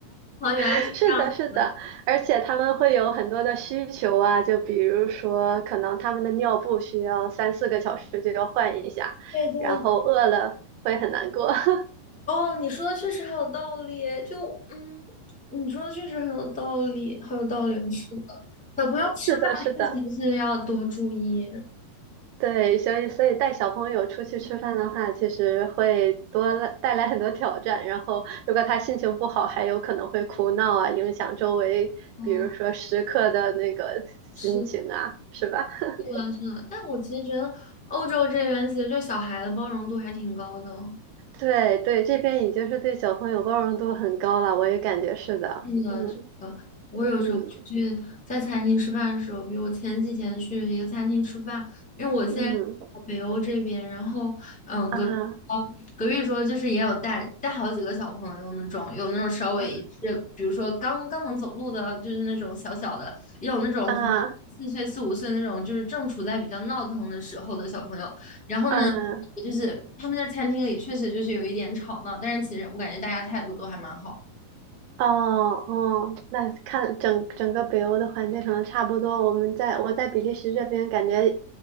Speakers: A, in the centre; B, on the right.
A: 哦，原来是这样子。
B: <laughs> 是的，是的，而且他们会有很多的需求啊，就比如说可能他们的尿布需要三四个小时就要换一下，
A: 对对。
B: 然后饿了会很难过。<laughs>
A: 哦，你说的确实很有道理耶就嗯，你说的确实很有道理，好有道理，是的。小朋友吃饭确实是要多注意，
B: 是的，是的。对，所以所以带小朋友出去吃饭的话，其实会多了带来很多挑战。然后，如果他心情不好，还有可能会哭闹啊，影响周围，
A: 哦，
B: 比如说食客的那个心情啊，
A: 是
B: 是吧？<laughs>
A: 的，是的。但我其实觉得欧洲这边其实对小孩的包容度还挺高的。
B: 对对，这边已经是对小朋友包容度很高了，我也感觉是的。
A: 那个是的，
B: 嗯
A: 我有时候去在餐厅吃饭的时候，
B: 嗯
A: 比如我前几天去一个餐厅吃饭，因为我现在在北欧这边，
B: 嗯
A: 然后嗯，
B: 啊
A: 隔壁桌隔壁桌就是也有带带好几个小朋友那种，有那种稍微是比如说刚刚能走路的，
B: 啊
A: 就是那种小小的，也有那种可能四岁四五岁那种，
B: 啊
A: 就是正处在比较闹腾的时候的小朋友，然后呢。
B: 啊！
A: 就是他们在餐厅里确实就是有一点吵闹，但是其实我感觉大家态度都还蛮好。
B: 哦哦，那看整整个北欧的环境可能差不多。我们在我在比利时这边感觉，